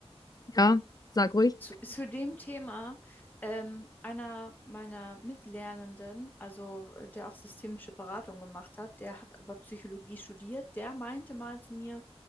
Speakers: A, on the left; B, on the left.
A: ja, sag ruhig.
B: Zu, zu dem Thema, ähm, einer meiner Mitlernenden, also äh, der auch systemische Beratung gemacht hat, der hat aber Psychologie studiert, der meinte mal zu mir,